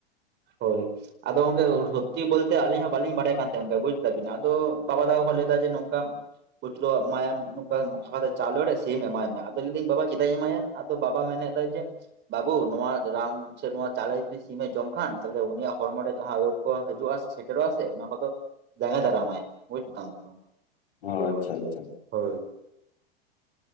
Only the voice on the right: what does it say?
ᱦᱳᱭ ᱟᱫᱚ ᱜᱚᱝᱠᱮ ᱥᱚᱛᱛᱤ ᱵᱚᱞᱛᱮ ᱟᱹᱞᱤᱧ ᱦᱚᱸ ᱵᱟᱹᱞᱤᱧ ᱵᱟᱲᱟᱭ ᱠᱟᱱ ᱛᱟᱦᱮᱸ ᱜᱚᱝᱠᱮ, ᱵᱩᱡ ᱫᱟᱵᱤᱱ ᱟᱫᱚ ᱵᱟᱵᱟ ᱛᱟᱠ ᱠᱚ ᱞᱟᱹᱭᱫᱟ ᱡᱮ ᱱᱚᱝᱠᱟᱼᱼ ᱠᱩᱪᱞᱟᱹ ᱟᱜ ᱢᱟᱭᱟᱢ ᱱᱚᱠᱟ ᱢᱟᱠᱷᱟᱣ ᱠᱟᱛᱮ ᱪᱟᱣᱞᱮ ᱨᱮ ᱥᱤᱢ ᱮᱢᱟᱭ ᱢᱮ, ᱟᱫᱚ ᱞᱟᱹᱭ ᱫᱟᱹᱧ ᱵᱟᱵᱟ ᱪᱮᱫᱟᱭ ᱤᱧ ᱮᱢᱟᱭᱟ ᱟᱫᱚ ᱵᱟᱵᱟ ᱢᱮᱱᱮᱫ ᱟᱭ ᱡᱮ ᱵᱟᱹᱵᱩ ᱱᱚᱣᱟ ᱨᱟᱱ ᱥᱮ ᱱᱚᱣᱟ ᱪᱟᱣᱞᱮ ᱡᱩᱫᱤ ᱥᱤᱢᱮ ᱡᱚᱢ ᱠᱷᱟᱱᱼᱼ ᱟᱫᱚ ᱩᱱᱤᱭᱟᱜ ᱦᱚᱲᱢᱚ ᱨᱮ ᱡᱟᱦᱟᱸ ᱨᱳᱜᱽ ᱠᱚ ᱦᱤᱡᱩᱜᱼᱟ ᱥᱮ ᱥᱮᱴᱮᱨᱚᱜᱼᱟ ᱥᱮ ᱚᱱᱟ ᱠᱚᱫᱚᱼᱼ ᱡᱟᱸᱜᱮ ᱫᱟᱨᱟᱢᱟᱭ ᱵᱩᱡ ᱫᱟᱢ ᱛᱚ
ᱦᱳᱭ